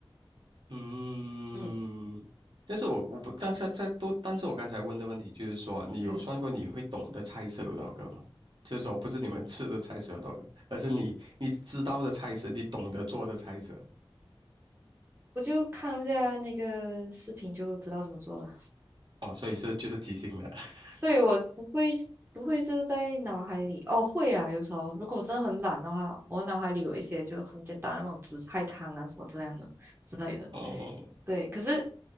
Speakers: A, on the right (about 55°); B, on the right (about 25°).
A: 嗯，
B: 嗯
A: 但是我我不，但是在多，但是我刚才问的问题就是说，你有算过你会懂的菜色有多少个吗？
B: 嗯，
A: 就是说，不是你们吃的菜色有多少个，而是你你知道的菜色，你懂得做的菜色。
B: 我就看一下那个视频就知道怎么做了。
A: 哦，所以是就是即兴的。<laughs>
B: 对，我不会不会就在脑海里，哦，会啊，有时候如果我真的很懒的话，我脑海里有一些就很简单的那种紫菜汤啊什么这样的之类的。
A: 哦
B: 对，可是